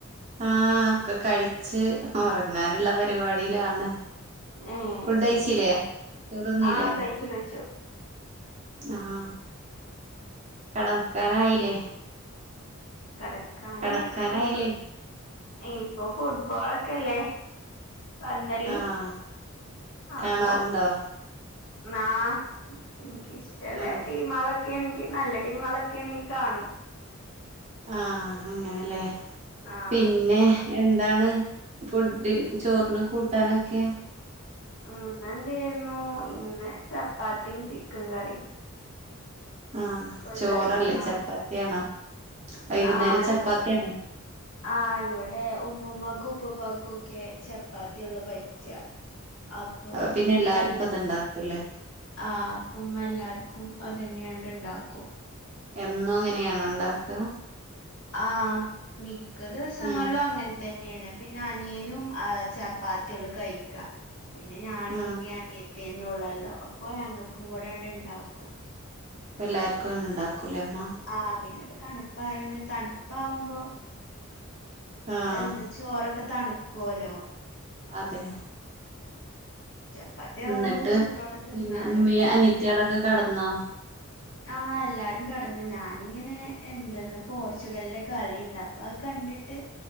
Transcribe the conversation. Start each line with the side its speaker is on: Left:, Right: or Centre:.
Right: ആഹ് ഒക്കെ കഴിച്ച് ഉറങ്ങാനുള്ള പരിപാടിയിലാണ്
Left: ഏഹ്
Right: ഫുഡ് കഴിച്ചില്ലേ
Left: ശരി
Right: ചോറിന്നില്ലേ
Left: ആഹ് കഴിച്ചു കഴിച്ചു
Right: ആഹ് കെടക്കാനായില്ലേ
Left: കിടക്കാന്
Right: കടക്കാനായില്ലേ
Left: ഉം ഇപ്പൊ ഫുട്ബോളൊക്കെല്ലേ പന്തളി
Right: ആഹ്
Left: അപ്പൊ
Right: കാണാറുണ്ടോ
Left: ന്നാ എനിക്കിഷ്ട്ടള്ളേ
Right: ആഹ്
Left: ടീമാള് ഒക്കെയാണെങ്കി നല്ല ടീമുകളൊക്കെ ആണെങ്കി കാണും
Right: ആഹ് അങ്ങനല്ലേ
Left: ആഹ്
Right: പിന്നെ
Left: ഇന്ന്
Right: എന്താണ് ഫുഡിന് ചോറിന് കൂട്ടാനൊക്കെ
Left: ഉം ഇന്നെന്തായിരുന്നു ഇന്ന് ചപ്പാത്തിയും ചിക്കൻ കറിയും
Right: ആഹ്
Left: കോഴിക്കറിയും
Right: ചോറല്ലേ
Left: ആഹ്
Right: ചപ്പാത്തിയാണോ വൈകുന്നേരം
Left: ആഹ്
Right: ചപ്പാത്തിയാണോ
Left: ആഹ് ഇവിടെ ഉമ്മുമ്മാക്കും ഉപ്പുപ്പാക്കും ഒക്കെ ചപ്പാത്തിയെള്ളൂ പ റ്റുക അപ്പൊ
Right: അപ്പ പിന്നെ
Left: ഉമ്മയെല്ല
Right: എല്ലാർക്കും അത്ണ്ടാക്കുംല്ലേ
Left: ആഹ് അപ്പം ഉമ്മ എല്ലാർക്കും അതന്നെയണ്ട് ഇണ്ടാക്കും
Right: എന്നും അങ്ങനെയാണോ ഉണ്ടാക്കുക
Left: ആഹ് മിക്ക ദിവസങ്ങളിലും
Right: ആഹ്
Left: അങ്ങനെ തന്നെയാണ് പിന്നെ അനിയനും ആഹ് ചപ്പാത്തിയുള്ളൂ കഴിക്ക പിന്നെ ഞാനും
Right: ആഹ്
Left: ഉമ്മി അനിയത്തിന്നെ ഉള്ളല്ലോ അപ്പൊ ഞങ്ങൾക്കും കൂടെണ്ട് ഇണ്ടാക്കും
Right: എല്ലാവർക്കും ഉണ്ടാക്കൂലേ അമ്മ
Left: ആഹ് പിന്നെപ്പോ തണുപ്പായോണ്ട് തണുപ്പാവുമ്പോ
Right: ആഹ്
Left: എന്താ ചോറൊക്കെ തണുക്കോലോ
Right: അതെ
Left: ചപ്പാത്തി
Right: എന്നിട്ട്
Left: ആവുമ്പോ ചൂടോടെ തിന്നാലോ
Right: പിന്നെ ഉമ്മീ അനത്തിയാളൊക്കെ കിടന്നോ
Left: ആഹ് എല്ലാരും കെടന്നു ഞാനിങ്ങനെ എന്തെന്ന് പോർച്ചുഗലിന്റെ കളിയിണ്ട് അപ്പൊ അത് കണ്ടിട്ട്